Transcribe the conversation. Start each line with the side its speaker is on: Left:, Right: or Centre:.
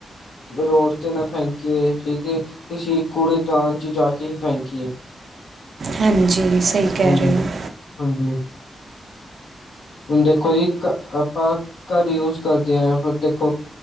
Left: ਰੋਡ ਤੇ ਨਾ ਫੈਕੀਏ, ਠੀਕ ਐ, ਕਿਸੀ ਕੂੜੇਦਾਨ ਚ ਜਾ ਕੇ ਹੀ ਫੈਂਕੀਏ
Right: ਹਾਂਜੀ, ਸਹੀ ਕਹਿ
Left: ਹਾਂਜੀ
Right: ਰਹੇ ਹੋ
Left: ਹਾਂਜੀ ਹੁਣ ਦੇਖੋ ਜੀ, ਆਪਾਂ ਘਰ ਯੂਜ ਕਰਦੇ ਹਾਂ, ਦੇਖੋ